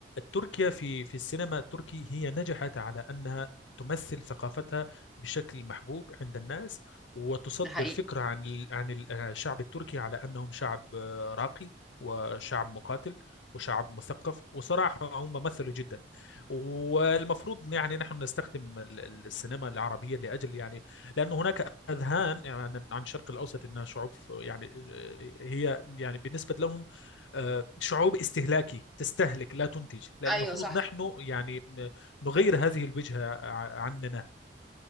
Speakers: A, on the left; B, in the centre.
A: تركيا في في السينما التركي هي نجحت على أنها تمثل ثقافتها بشكل محبوب عند الناس وتصدر
B: ده حقيقي
A: فكرة عن ال- عن ال- آه، الشعب التركي على أنهم شعب آه، راقي وشعب مقاتل وشعب مثقف وصراحة هم مثلوا جدا والمفروض يعني نحن نستخدم ال- ال- السينما العربية لأجل يعني لأن هناك أذهان يعني عن الشرق الأوسط أنها شعوب يعني آه، هي يعني بالنسبة لهم آه، شعوب استهلاكي تستهلك لا تنتج لا
B: ايوه
A: المفروض
B: صح
A: نحن يعني آه، نغير هذه الوجهة ع- عننا